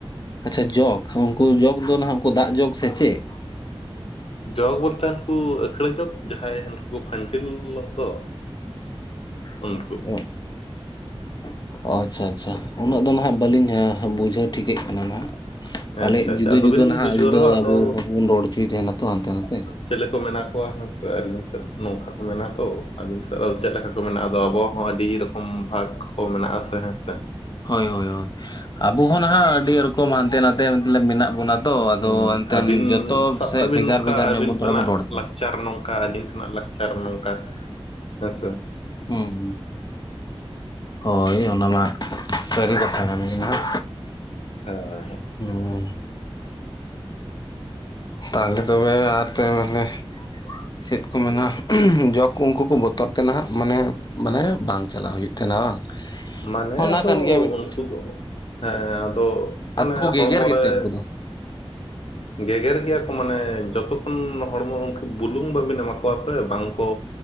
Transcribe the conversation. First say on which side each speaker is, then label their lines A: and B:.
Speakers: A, on the left (about 45°); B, on the left (about 70°).
A: ᱟᱪᱪᱷᱟ ᱡᱚᱜᱽ ᱩᱱᱠᱩ ᱡᱚᱜᱽ ᱫᱚ ᱱᱟᱜ ᱩᱱᱠᱩ ᱫᱟᱜ ᱡᱚᱜᱽ ᱥᱮ ᱪᱮᱫᱽ
B: ᱡᱚᱜᱽ ᱵᱚᱞᱛᱮ ᱩᱱᱠᱩ ᱟᱹᱠᱷᱲᱟᱹ ᱡᱚᱜᱽ ᱡᱟᱦᱟᱸᱭ ᱦᱟᱱᱠᱩ ᱠᱚ ᱯᱷᱟᱱᱴᱤᱞᱚᱜ ᱫᱚ᱾
A: <unintelligible>
B: ᱩᱱᱠᱩ
A: ᱚ, ᱟᱪᱪᱷᱟ ᱟᱪᱪᱷᱟ ᱩᱱᱟᱹᱜ ᱫᱚ ᱦᱟᱱᱟᱜ ᱵᱟᱹᱞᱤᱧ ᱵᱩᱡᱷᱟᱹᱣ ᱴᱷᱤᱠᱮᱫ ᱠᱟᱱᱟ ᱱᱟᱜ ᱯᱟᱞᱮᱫ
B: ᱟᱪᱪᱷᱟ ᱟᱪᱪᱷᱟ
A: ᱡᱩᱫᱟᱹ
B: ᱟᱫᱚ
A: ᱡᱩᱫᱟᱹ
B: ᱵᱤᱱ
A: ᱱᱟᱦᱟᱜ
B: ᱵᱩᱡᱷᱟᱹᱣ
A: ᱡᱩᱫᱟᱹ
B: ᱨᱮᱦᱚᱸ ᱟᱫᱚ
A: ᱟᱵᱚ ᱦᱚᱲᱵᱚᱱ ᱨᱚᱲ ᱦᱚᱪᱚᱭ ᱛᱟᱦᱮᱱᱟ ᱛᱚ ᱦᱟᱱᱛᱮ ᱱᱟᱛᱮ᱾
B: ᱪᱮᱫ ᱞᱮᱠᱟ ᱠᱚ ᱢᱮᱱᱟᱜ ᱠᱚᱣᱟ ᱦᱟᱸᱜ ᱟᱹᱞᱤᱱ ᱥᱮᱫ ᱱᱚᱝᱠᱟ ᱠᱚ ᱢᱮᱱᱟ ᱛᱚ, ᱟᱵᱤᱱ ᱥᱮᱫ ᱪᱮᱫ ᱞᱮᱠᱟ ᱢᱮᱱᱟᱜᱼᱟ ᱟᱫᱚ ᱟᱵᱚᱣᱟᱜ ᱦᱚᱸ ᱟᱹᱰᱤ ᱨᱚᱠᱚᱢ ᱵᱷᱟᱜᱽ ᱠᱚ ᱢᱮᱱᱟᱜ-ᱟ ᱥᱮ ᱦᱮᱸ ᱥᱮ᱾
A: ᱦᱳᱭ ᱦᱳᱭ ᱦᱳᱭ ᱟᱵᱚ ᱦᱚᱸ ᱱᱟᱦᱟᱜ ᱟᱹᱰᱤ ᱨᱚᱠᱚᱢ ᱦᱟᱱᱛᱮ ᱱᱟᱛᱮ ᱢᱚᱛᱞᱚᱵᱽ ᱢᱮᱱᱟᱜ ᱵᱚᱱᱟ ᱛᱚ ᱟᱫᱚ
B: ᱦᱩᱸ
A: ᱮᱱᱛᱮᱱ
B: ᱟᱹᱵᱤᱱ
A: ᱡᱚᱛᱚ
B: ᱥᱟᱵ
A: ᱥᱮᱫ
B: ᱠᱟᱜ ᱵᱤᱱ
A: ᱵᱷᱮᱜᱟᱨ
B: ᱱᱚᱝᱠᱟ
A: ᱵᱷᱮᱜᱟᱨ ᱧᱚᱜ
B: ᱟᱹᱵᱤᱱ
A: ᱵᱚᱱ ᱛᱷᱚᱲᱟ
B: ᱥᱮᱱᱟᱜ
A: ᱵᱚᱱ ᱨᱚᱲ᱾
B: ᱞᱟᱠᱪᱟᱨ ᱱᱚᱝᱠᱟ ᱟᱹᱞᱤᱧ ᱥᱮᱱᱟᱜ ᱞᱟᱠᱪᱟᱨ ᱱᱚᱝᱠᱟ ᱦᱮᱸ ᱥᱮ᱾
A: ᱦᱩᱸ ᱦᱳᱭ ᱚᱱᱟ ᱢᱟ ᱥᱟᱹᱨᱤ ᱠᱟᱛᱷᱟ ᱠᱟᱱ ᱜᱮ ᱱᱟᱜ᱾
B: <unintelligible>
A: ᱦᱩᱸᱻ ᱛᱟᱦᱞᱮ ᱛᱚᱵᱮ ᱟᱨ ᱛᱮ ᱢᱟᱱᱮ᱾ ᱪᱮᱫ ᱠᱚ ᱢᱮᱱᱟ, ᱡᱚᱠ ᱠᱚ ᱩᱱᱠᱩ ᱠᱚ ᱵᱚᱛᱚᱨ ᱛᱮ ᱱᱟᱦᱟᱜ ᱢᱟᱱᱮ ᱢᱟᱱᱮ ᱵᱟᱝ ᱪᱟᱞᱟᱜ ᱦᱩᱭᱩᱜ ᱛᱟᱦᱮᱱᱟ ᱵᱟᱝ᱾
B: ᱢᱟᱱᱮ
A: ᱚᱱᱟ
B: ᱟᱫᱚ
A: ᱠᱟᱱ ᱜᱮᱭᱟ ᱢᱤᱫ
B: ᱩᱱᱠᱩ ᱫᱚ ᱦᱮᱸ ᱟᱫᱚ
A: ᱟᱫᱚ
B: ᱢᱟᱱᱮ
A: ᱠᱚ ᱜᱮᱜᱮᱨ
B: ᱦᱚᱲᱢᱚ
A: ᱜᱮᱛᱮ
B: ᱨᱮ
A: ᱩᱱᱠᱩ ᱫᱚ
B: ᱜᱮᱜᱮᱨ ᱜᱮᱭᱟ ᱠᱚ ᱢᱟᱱᱮ ᱡᱚᱛᱚ ᱠᱷᱚᱱ ᱦᱚᱲᱢᱚ ᱩᱱᱠᱩ ᱵᱩᱞᱩᱝ ᱵᱟᱹᱵᱤᱱ ᱮᱢᱟ ᱠᱚᱣᱟ ᱥᱮ ᱵᱟᱝᱠᱚ